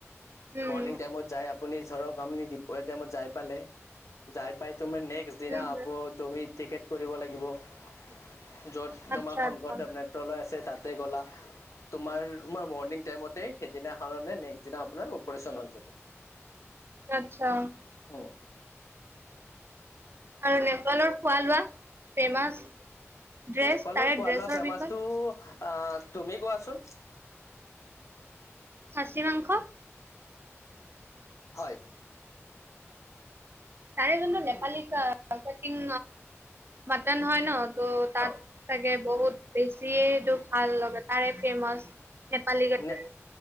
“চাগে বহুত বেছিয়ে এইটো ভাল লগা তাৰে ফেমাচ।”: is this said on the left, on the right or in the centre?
Right